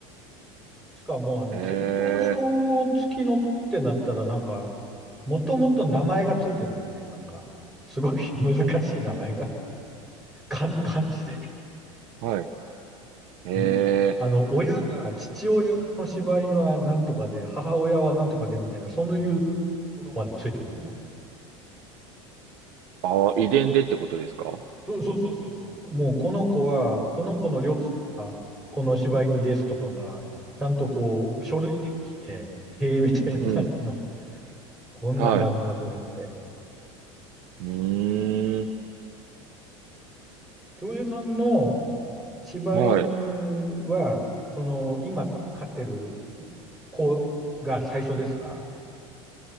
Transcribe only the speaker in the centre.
しかも、あの、
血統書付きのってなったら、なんか、もともと名前がついてるんだよね。なんか、すごい <laughs> 難しい名前が。かん、漢字で。
んあの、
親が、父親の柴犬はなんとかで、母親はなんとかでみたいな、そういうものまでついてくるの。
そうそうそうそうそう。もうこの子は、この子の両親は、この柴犬ですとかが、ちゃんとこう、書類で来て、へえ、みたいな感じの、
こんなんがあるんだと思って。
京平さんの柴犬は、
その、今飼ってるこうが最初ですか